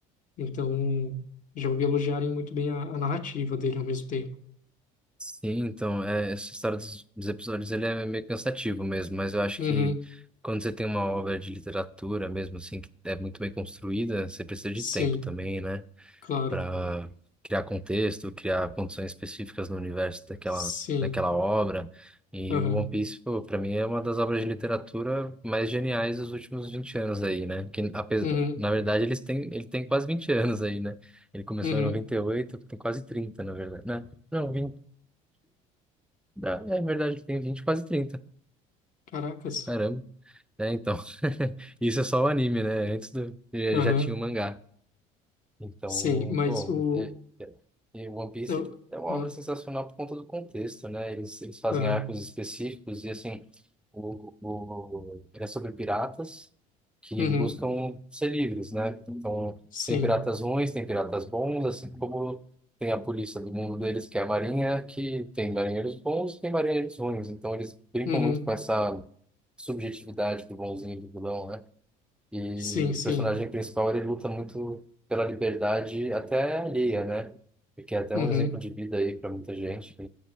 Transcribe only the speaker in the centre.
Sim, então, é, essa história dos, dos episódios, ele é meio cansativo mesmo, mas eu acho
que quando você tem uma obra de literatura mesmo, assim, que é muito bem construída, você precisa
de tempo também, né?
para criar contexto, criar condições específicas no universo daquela,
daquela obra. E
o One Piece, pô, para mim é uma das obras de literatura mais geniais dos últimos 20 anos aí, né? Que apesar,
na verdade eles têm, ele tem quase 20 anos aí, né? Ele começou
em 98, tem quase 30 na verdade, né? Não, 20, dá- é verdade, ele tem 20 quase 30.
Caramba. É, então, <laughs> isso é só o anime, né? Antes do,
já tinha o mangá. Então,
pô,
é, é, e One Piece
ele é uma
obra sensacional por conta do contexto, né? Eles, eles fazem
arcos específicos e, assim, o, o, ele é sobre piratas que
buscam ser livres, né? Então,
tem piratas ruins, tem piratas bons, assim como tem a polícia do mundo deles, que é a Marinha, que tem marinheiros bons e tem marinheiros ruins. Então, eles brincam
muito com essa subjetividade do bonzinho e do vilão, né? E
o
personagem principal, ele luta muito pela liberdade até alheia, né? Porque é até
um exemplo de vida aí para muita gente que